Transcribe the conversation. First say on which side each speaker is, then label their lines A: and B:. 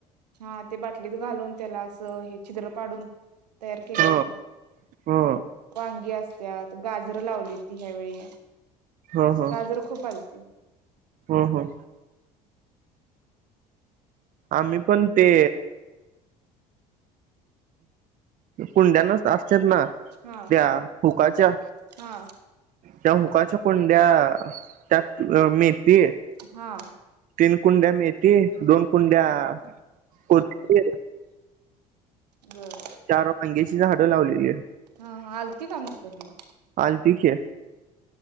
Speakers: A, on the right; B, on the right.
A: हा ते बाकी लीत घालून त्याला असं हे छद्र पाडून तयार केले
B: ह ह
A: वांगी अस त्यात गाजरं लावली तती ह्यावेेळी
B: ह ह
A: गाजर खूप चालते
B: ह ह आम्ही पण ते कुंड्यानच असत ना
A: हा
B: त्या हुकाच्या
A: हा
B: त्या हुकाच्या कोंड्या त्यात अ मीन त
A: हा
B: तीन कुंड्या मेती दोन कुंड्या कोथती
A: बम
B: चार वांगेची झाडं लावलेली आहे
A: हा हा हलती काम करत
B: हलतीचे